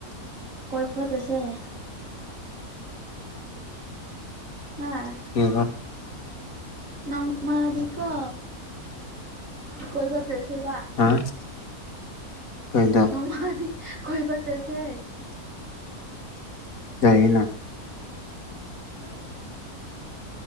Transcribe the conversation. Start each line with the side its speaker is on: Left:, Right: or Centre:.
Right: ꯀꯣꯏꯕ ꯆꯠꯁꯦ ꯑ ꯍꯥ
Left: ꯀꯔꯤ ꯍꯥꯏꯕ
Right: ꯅꯧꯃꯔꯤ ꯀꯣ ꯀꯣꯏꯕ ꯆꯦꯁꯦꯕ
Left: ꯍꯥ ꯀꯩꯗ
Right: ꯅꯣꯡꯃꯗꯤ ꯈ ꯄ ꯆꯦꯁꯦ
Left: ꯌꯥꯥꯏꯅ
Right: ꯍꯣꯏ